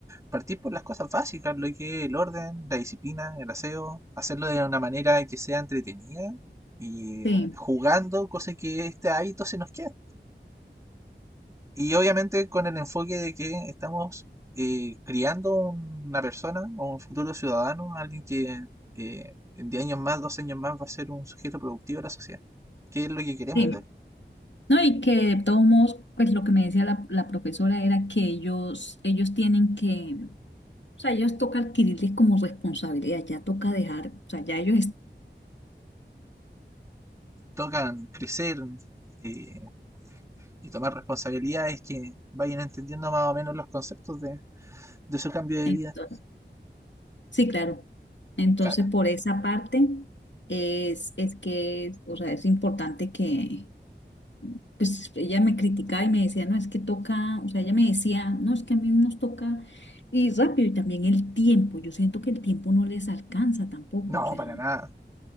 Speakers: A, on the right; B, on the left.
A: Partir por las cosas básicas, lo que es el orden, la disciplina, el aseo, hacerlo de una manera que sea entretenida y
B: sí.
A: jugando, cosa que este hábito se nos queda. Y obviamente con el enfoque de que estamos eh, criando una persona o un futuro ciudadano, alguien que eh, en 10 años más, 12 años más va a ser un sujeto productivo de la sociedad. ¿Qué es lo que queremos
B: sí.
A: de él?
B: No, y que de todos modos, pues lo que me decía la, la profesora era que ellos, ellos tienen que, o sea, ellos toca adquirirles como responsabilidad, ya toca dejar, o sea, ya ellos
A: tocan crecer eh, y tomar responsabilidades que vayan entendiendo más o menos los conceptos de, de su cambio de
B: están
A: vida.
B: Sí, claro. Entonces,
A: Claro,
B: por esa parte es, es que, o sea, es importante que, pues ella me criticaba y me decía, no, es que toca, o sea, ella me decía, no, es que a mí nos toca y rápido y también el tiempo. Yo siento que el tiempo no les alcanza tampoco,
A: no,
B: o sea,
A: para nada.